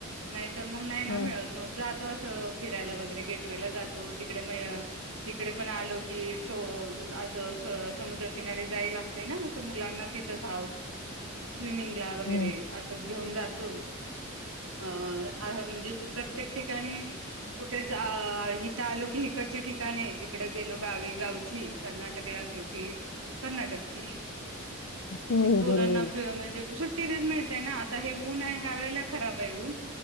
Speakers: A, on the right (about 85°); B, on the left (about 80°).
A: नाय तर मग नाही ना
B: हा
A: मिळत मग जात तो असं फिरायला वगैरे गेटवे ला जातो तिकडे म आं इकडे पण आलो की असं समुद्रकिनारी जाय लागतयं ना असं मुलांना तिथंच हौस. स्विमिंग ला वगैरे
B: हम्म
A: असं घेऊन जातोच अ म्हणजे प्रत्येक ठिकाणी कुठे हित आलो की हिकडंची ठिका तिकड गेलो गावी गावची कर्नाटकला असलो की कर्नाटकची.
B: हो
A: ते
B: हो
A: पोरांना
B: बरोबर आहे
A: फि म्हणजे सुट्टीतच मिळत. ना आता हे ऊन आहे ह्या वेळेला खराब आहे ऊन